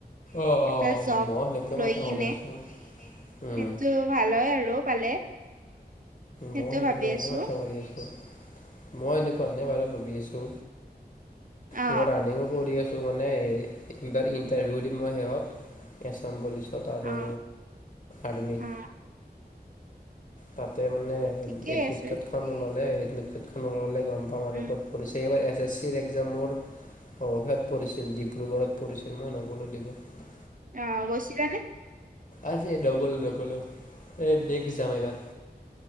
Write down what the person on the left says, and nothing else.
অ
অ
মই সেনেকুৱাই
মাথা
মাৰি আছোঁ উম,
মই সেনেকা
বুলিয়ে
মাথা মাৰি আছোঁ। মই এনেকুৱা এনে বাৰে ভাবি আছো।
মই ৰানিংও কৰি আছো। মানে এইবাৰ ইণ্টাৰ ইণ্টাৰভিউ দিম মই শেষত এছাম পুলিচ। বটাদৌ
আৰ্মী।
তাতে মানে,
এডমিট
কাৰ্ডখন ওলালে, এডমিট কাৰ্ডখন ওলালে গম পাম আৰু
ক'ত সুধিছে, এইবাৰ এছ এছ চিৰ এক্সজামৰ অঁ, সেইয়াত পঢ়িছিল, ডিব্ৰুগড়ত পঢ়িছিল। মই নগলোঁ ডিব্ৰুড়লে।
আজি ডবল নগলোঁ। এই দেখ, যাম এইবাৰ।